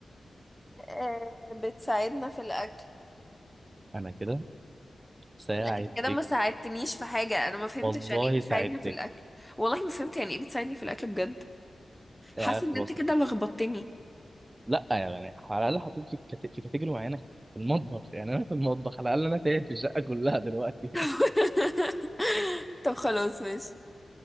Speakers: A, in the centre; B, on the right.
A: آه، بتساعدنا في الاكل
B: انا كده ساعدتك
A: لا انت كده ما ساعدتنيش في حاجة انا ما فهمتش
B: والله
A: يعني ايه
B: ساعدتك
A: بتساعدني في الاكل والله ما فهمت يعني ايه بتساعدني في الاكل بجد حاسة
B: آه خلاص
A: ان انت كده
B: يا فندم.
A: لخبطتني
B: لا يعني على الاقل حطيت في كت- في كاتيجوري معينه في المطبخ يعني انا في المطبخ على الاقل انا تايه في الشقه كلها دلوقتي
A: <laughs>
B: <laughs>
A: طب خلاص ماشي